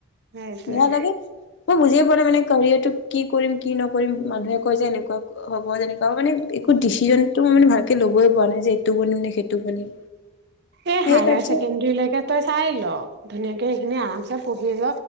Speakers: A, on the right; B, on the left.
A: সেইটোৱে
B: বেয়া লাগে। মই বুজিয়ে পোৱা নাই মানে কাৰিয়াটো কি কৰিম, কি নকৰিম, মানুহে কয় যে এনেকুৱা হ'ব তেনেকুৱা আৰু মানে একো ডিচিজনটো মই মানে ভালকে ল'বই পৰা নাই যে এইটো বনিম নে সেইটো বনিম।
A: এই
B: সেই
A: হায়াৰ
B: তাতছে
A: ছেকেণ্ডাৰী লেক এতিয়া তই চাই ল, ধুনীয়াকে সেইখিনি আৰামছে পঢ়ি ল